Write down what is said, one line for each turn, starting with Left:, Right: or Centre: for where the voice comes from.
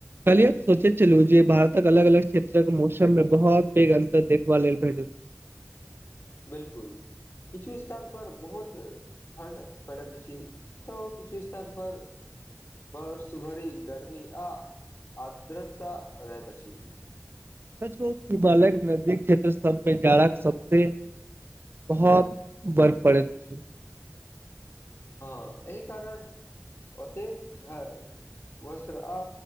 Right: कलि हम सोचेैत चलू जे भारतक अलग अलग क्षेत्रक मौसम मे बहुत पैघ अन्तर देखबा लेल भेटट
Left: बिल्कुल किछु स्थान पर बहुत ठण्ड पड़ैत अछि त किछु स्थान पर बर्ष भरी गरमी आ आर्द्रता रहत अछि
Right: सच कहु त हिमालयक नदी क्षेत्र सबमे जाड़ा सबसे बहुत बर्फ परैत अछि
Left: हँ एहि कारण ओतेक घर वस्त्र आ